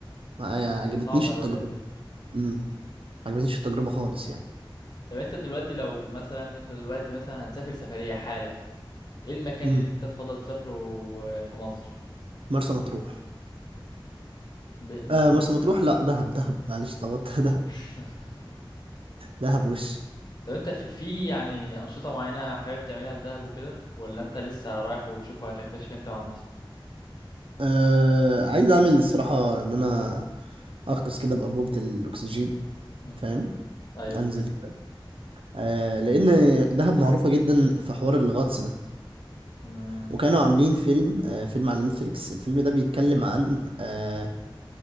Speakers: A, on the right; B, on the left.
A: ما عجبتنيش
B: صعب أوي
A: التجربه
B: أيوة.
A: امم ما عجبتنيش التجربه خالص يعني
B: طب انت دلوقتي لو مثلا انت دلوقتي مثلا هتسافر سفرية حالا ايه المكان
A: امم
B: اللي انت تفضل تسافره آه، في مصر
A: مرسى مطروح
B: ب... من...
A: آه مرسى مطروح لا دهب دهب معلش اتلخبطت <laughs> دهب
B: <laughs>
A: دهب وش
B: طب انت في... في يعني أنشطة معينة حابب تعملها في دهب وكده ولا انت لسه رايح وتشوف وهتكتشف انت مع نفسك
A: آه عايز اعمل الصراحه ان انا اغطس كده بانبوبه الاكسجين
B: امم
A: فاهم
B: ايوه
A: انزل كده آه لان دهب معروفه جدا في حوار الغطس ده
B: امم
A: وكانوا عاملين فيلم آه فيلم على نتفليكس الفيلم ده بيتكلم عن آه